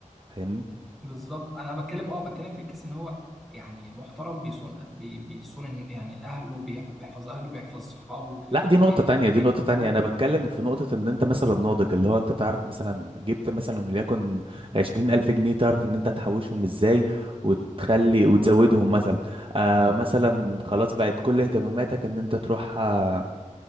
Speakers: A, on the right (about 40°); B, in the centre.
A: فاهمني
B: بالظبط انا بتكلم اه بتكلم في الكيس ان هو يعني محترم بيصون بي- بيصون يعني اهله بيح- بيحفظ اهله بيحفظ صحابه
A: لا دي
B: إيه،
A: نقطة تانية
B: بي-
A: دي نقطة
B: بيعول
A: تانية أنا بتكلم في نقطة إن أنت مثلا ناضج اللي هو أنت تعرف مثلا جبت مثلا وليكن عشرين ألف جنيه تعرف إن أنت تحوشهم إزاي وتخلي وتزودهم مثلا آه مثلا خلاص بقت كل اهتماماتك إن أنت تروح آه،